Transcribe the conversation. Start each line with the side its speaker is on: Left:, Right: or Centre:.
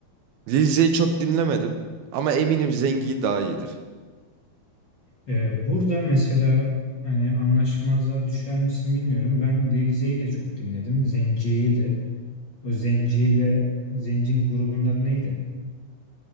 Right: Lil Zey'i çok dinlemedim. Ama eminim Zengi daha iyidir.
Left: E, burada mesela hani anlaşmazlığa düşer misin bilmiyorum. Ben Lil Zey'i de çok dinledim. Zenci'yi de. O Zenci ile Zenci'nin grubunun adı neydi?